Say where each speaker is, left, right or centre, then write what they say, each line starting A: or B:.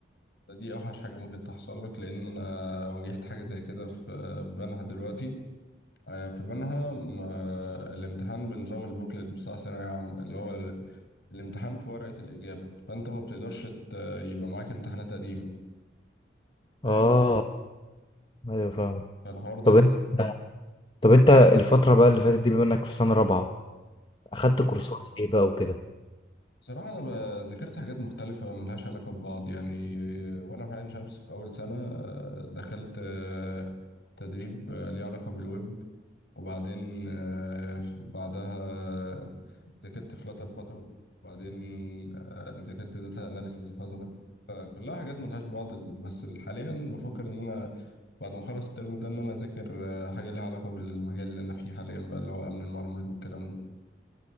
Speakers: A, on the left; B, on the left.
A: دي اوحش حاجه ممكن تحصل لك لان انا واجهت حاجه زي كده في بنها دلوقتي آه، في بنها ما- الامتحان بنظام البوكلت بتاع ثانويه عامه اللي هو ال- الامتحان في ورقه الاجابه فانت ما بتقدرش ت- يبقى معاك امتحانات قديمه فاهم
B: اه ايوه فاهم
A: فالحوار ده
B: طب
A: رخم
B: انت طب انت الفتره بقى اللي فاتت دي بما انك في سنه رابعه اخدت كورسات ايه بقى وكده
A: بصراحة أنا ب- ذاكرت حاجات مختلفة ملهاش علاقة ببعض يعني وأنا في عين شمس في أول سنة آه، دخلت آه، تدريب آه، ليه علاقة بالويب وبعدين آه، بعدها آه، ذاكرت فلاتر فترة وبعدين آه، ذاكرت داتا أناليسيز فترة فكلها حاجات ملهاش بعض بس حاليا بفكر إن أنا بعد ما أخلص الترم ده إن أنا أذاكر آه، حاجة ليها علاقة بالمجال اللي أنا فيه حاليا بقى اللي هو أمن المعلومات والكلام ده